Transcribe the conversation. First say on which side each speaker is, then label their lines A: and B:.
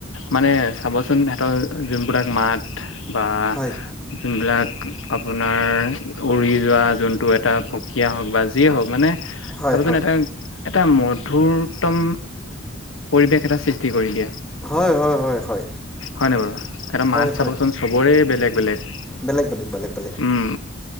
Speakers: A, on the left; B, in the centre.
A: মানে চাবচোন সিহঁতৰ যোনবিলাক মাত বা
B: হয়
A: যোনবিলাক আপোনাৰ উৰি যোৱা যোনটো এটা সিয় হওঁক বা যিয়ে হওঁক মানে
B: হয়
A: চাবচোন
B: হয়
A: এটা এটা মধুৰতম পৰিৱেশ এটা সৃষ্টি কৰি দিয়ে।
B: হয়, হয়, হয়, হয়।
A: হয় নাই বাৰু স মাছ
B: হয়
A: চাবচোন
B: হয়
A: চবৰে বেলেগ বেলেগ।
B: বেলেগ, বেলেগ, বেলেগ, বেলেগ।
A: উম